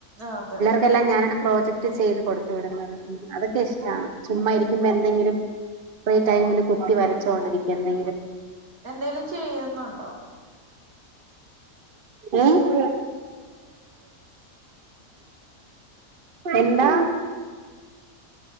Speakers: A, on the right; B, on the right.
A: അതെ.
B: ഇക്കല്ല ഞാനാണ് പ്രോജക്റ്റ് ചെയ്ത് കൊടുത്ത് വിടുന്നത് അതൊക്കെ ഇഷ്ടാണ് ചുമ്മാ ഇരിക്കുമ്പോ എന്തെങ്കിലും ഫ്രീ ടൈമില് കുത്തി വരച്ചോണ്ടിരിക്കും എന്തെങ്കിലും.
A: എന്തേലും ചെയ്യുന്നുണ്ടോ?
B: ഏഹ് എന്താ?